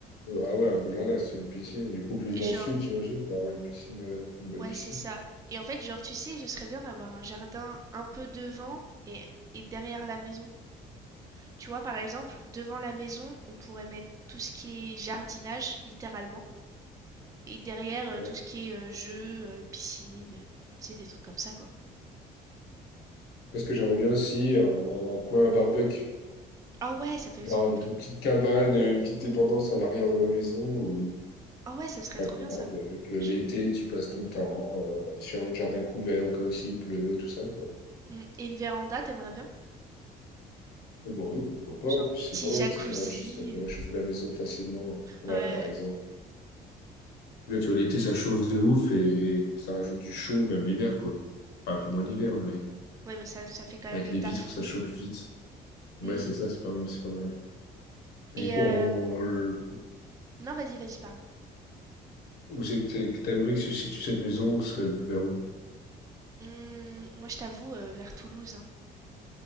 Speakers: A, on the left; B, on the right.
A: Ah ouais, un beau jardin, c'est une piscine. Du coup, plus
B: Et
A: dans
B: genre,
A: le sud, j'imagine, pour avoir une piscine, euh, une bonne
B: ouais,
A: piscine.
B: c'est ça. Et en fait, genre, tu sais, ce serait bien d'avoir un jardin un peu devant et, et derrière la maison. Tu vois, par exemple, devant la maison, on pourrait mettre tout ce qui est jardinage, littéralement. Et derrière, euh,
A: Ouais.
B: tout ce qui est euh, jeux, euh, piscine, euh, enfin, tu sais, des trucs comme ça, quoi.
A: Parce que j'aimerais bien aussi un, un coin à barbecue.
B: Ah ouais, ça fait
A: Genre
B: ça fait
A: avec
B: une gra-
A: une petite cabane, euh, une petite dépendance à l'arrière de la maison où
B: Ah ouais, ça serait
A: ouais,
B: trop
A: t'as
B: bien,
A: un
B: ça.
A: arbre, euh, que l'été,
B: Je-
A: tu passes ton temps, euh, tu as un jardin couvert au cas où s'il pleut, tout ça, quoi.
B: Mm. Et une véranda, t'aimerais bien?
A: Bon, bah oui, pourquoi pas.
B: Genre,
A: En plus, c'est
B: petit
A: pas mal,
B: jacuzzi.
A: puis ça peut, rach- ça peut
B: euh,
A: réchauffer la maison facilement. Ouais,
B: Ouais, ouais,
A: par exemple. Là, tu vois, l'été, ça chauffe de ouf et ça rajoute du chaud, même l'hiver, quoi. Enfin, un peu moins
B: Hmm.
A: l'hiver, mais
B: Ouais, mais ça, ça fait quand même
A: avec
B: le
A: les
B: taf.
A: vitres, ça chauffe vite. Ouais,
B: Mm.
A: c'est ça, c'est pas mal, c'est pas mal. Et
B: Et,
A: du coup,
B: euh,
A: en-
B: Non, vas-y, vas-y, pardon.
A: où c'est que t'a- que t'aimerais que se situe cette maison? Ce serait vers où?
B: Mm, Moi, je t'avoue, euh, vers Toulouse, hein.